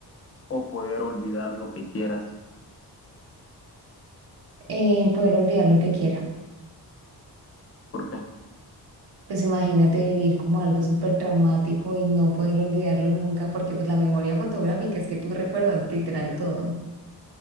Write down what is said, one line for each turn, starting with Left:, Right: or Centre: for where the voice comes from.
Left: o poder olvidar lo que quieras?
Right: Eh, poder olvidar lo que quiera.
Left: ¿Por qué?
Right: Pues imagínate vivir como algo súper traumático y no poder olvidarlo nunca, porque pues la memoria fotográfica es que tú recuerdas literal todo.